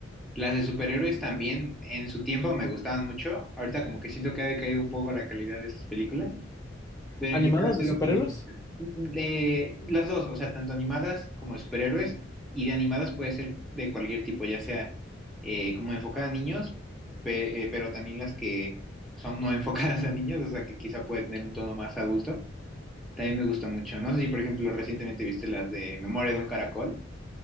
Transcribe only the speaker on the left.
¿Animadas
de superhéroes?